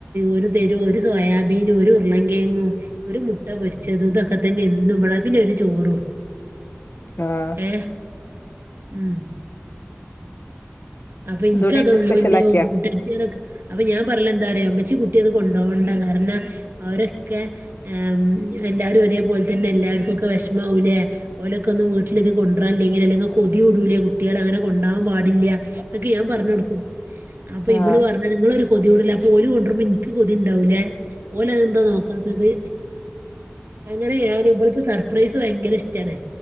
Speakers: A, on the right; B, on the left.
A: ഒരു തെരു ഒരു സോയാബീന ഒരു ഉരുളംങ്കേങ്ങും ഒരു മുട്ട പൊരിച്ചത് ഇതൊക്കെ തന്നെ എന്നും ഇവിടെ പിന്നെ ഒരു ചോറും
B: ആഹ
A: ഏഹ് ഉം അപ്പൊ എനിക്കതള്ളൂ
B: അതോണ്ട് ഇന്ന് സ്പെഷ്യലാക്കിയാ
A: എന്റെ കൂട്ട അപ്പൊ ഞാൻ പറഞ്ഞല ന്താറിയോ മ്മച്ചി കുട്ടി അത് കൊണ്ടോകണ്ട കാരണം അവരൊക്കെ ആ എല്ലാരും ഒരേപോലെ തന്നെ എല്ലാവർക്കുംക്കെ വിഷമവലൈ ഓലെക്ക ഒന്നും വീട്ടിലിത് കൊണ്ടര ല്ലങ്കിൽ കൊതിടൂലേ കുട്ടികൾ അങ്ങനെ കൊണ്ടാവാൻ പാടില്ല ന്ന ക്കെ ഞാൻ പറഞ് കൊടുക്കും അപ്പൊ
B: ആ
A: ഇവള് പറഞ്ഞ നിങ്ങളൊരു കൊതി കൂടൽ അപ്പൊ ഓല് കൊണ്ടരുബോഎനിക്ക് കൊതി ഉണ്ടാവലേ ഓൽ അത് എന്താ നോക്കാത്തത് അങ്ങനെ ഞാൻ ഇവൾക് സർ.. സർപ്രൈസ് ഭയങ്കര ഇഷ്ടണ്